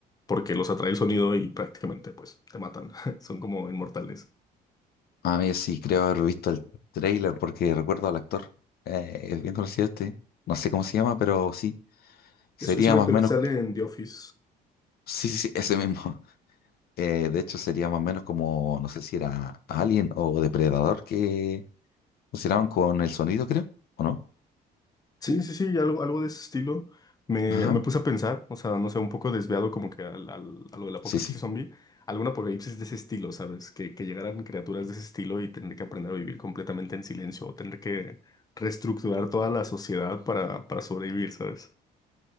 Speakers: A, on the left; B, on the left.
A: porque los atrae el sonido y prácticamente pues te matan. <laughs> Son como inmortales.
B: A mí sí creo haber visto el trailer porque recuerdo al actor. Eh, es bien conocido este. No sé cómo se llama, pero sí. Sería
A: Es, es un
B: más
A: actor
B: o menos.
A: que sale en The Office.
B: Sí, sí, sí, ese mismo. <laughs> Eh, de hecho, sería más o menos como, no sé si era Alien o Depredador que funcionaban con el sonido, creo, ¿o no?
A: Sí, sí, sí, algo, algo de ese estilo. Me,
B: Ajá,
A: me puse a pensar, o sea, no sé, un poco desviado como que al, al- a lo del apocalipsis
B: sí, sí.
A: zombie, algún apocalipsis de ese estilo, ¿sabes? Que, que llegaran criaturas de ese estilo y tener que aprender a vivir completamente en silencio o tener que reestructurar toda la sociedad para, para sobrevivir, ¿sabes?